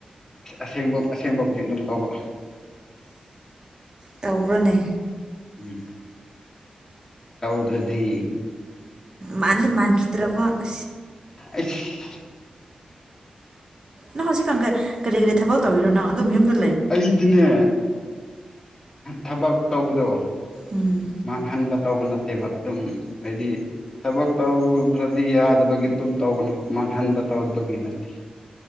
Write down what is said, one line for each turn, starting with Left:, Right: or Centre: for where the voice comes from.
Left: ꯑꯁꯦꯡꯕ ꯁꯦꯝꯕꯕꯨꯗꯤ ꯑꯗꯨꯝ ꯇꯧꯕ
Right: ꯌꯥꯎꯕ꯭ꯔꯅꯦ
Left: ꯎꯝ ꯇꯧꯗ꯭ꯔꯗꯤ
Right: ꯃꯥꯜꯂꯤ ꯃꯥꯟꯈꯤꯗ꯭ꯔꯕ ꯑ
Left: ꯑꯁ
Right: ꯂ ꯍꯧꯖꯤꯦ ꯀꯪꯒꯦ ꯀꯔꯤ ꯀꯔꯤ ꯊꯕ ꯇꯧꯔꯅ ꯃꯨꯝꯗ
Left: ꯑꯩꯗꯤꯅꯦ ꯊꯕꯛ ꯇꯧꯕꯗꯣ
Right: ꯎꯝ
Left: ꯃꯥꯟ ꯍꯥꯟꯗ ꯇꯧꯕ ꯅꯠꯇꯦꯕ ꯑꯗꯨꯝ ꯍꯥꯏꯗꯤ ꯊꯕꯛ ꯇꯧꯗ꯭ꯔꯗꯤ ꯌꯥꯗꯕꯒꯤ ꯑꯗꯨꯝ ꯇꯧꯧꯕꯅꯦꯕ ꯃꯥꯡꯍꯟꯕ ꯇꯧꯗꯕꯒꯤ ꯅꯠꯇꯦ